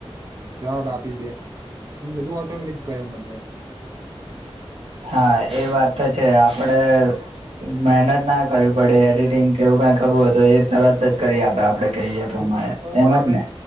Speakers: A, on the right; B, on the right.
A: જવાબ આપી દે બધું ટોમેટિક ગયો મતલબ
B: હા એ વાત તો છે આપણે મહેનત ના કરવી પડે એડિટિંગ કેવું કઈ કરવું હોય તો એ તરત જ કરી આપડે આપડે કહીએ પ્રમાણે
A: જો પણ
B: એમ
A: આપડે
B: જ ને